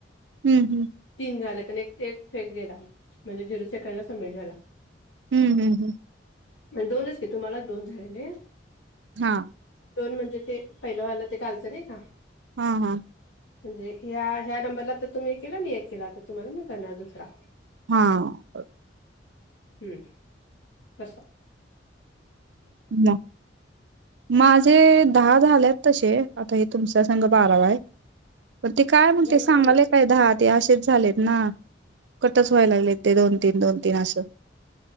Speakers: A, on the right; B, on the left.
A: हम्म हम्
B: तीन झालेत आणि एक फेक गेला म्हणजे झिरो सेकंडला सबमिट झाला.
A: हम् हम्म हम
B: माझे दोनच की तुम्हालाच दोन झालेले <inaudible>
A: हा
B: दोन म्हणजे ते पहिलं वाला ते कालचं नाही का
A: हा- हा
B: म्हणजे ह्या- ह्या नंबरला तर तुम्ही केला मी एक केला तर तुम्हाला मी करणार दुसरा
A: हा
B: हम्म कस
A: ना <unintelligible> माझे दहा झालेत तसे आता हे तुमच्या संघ बारावा आहे पण ते काय म्हणतंय
B: भरपूर
A: सांगालय
B: झाले की
A: काय दहा ते असेच झालेत ना कटच व्हायला लागले ते दोन- तीन दोन- तीन असं